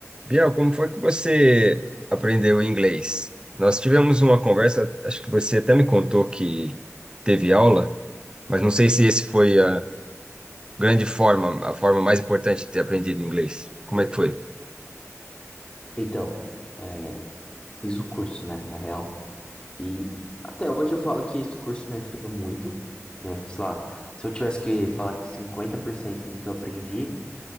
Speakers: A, on the right (about 15°); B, on the left (about 20°).
A: Biel, como foi que você aprendeu inglês? Nós tivemos uma conversa, acho que você até me contou que teve aula, mas não sei se esse foi a grande forma, a forma mais importante de ter aprendido inglês. Como é que foi?
B: Então, é, fiz um curso, né, na real, e até hoje eu falo que esse curso me ajudou muito, né, sei lá, se eu tivesse que falar que 50% do que eu aprendi,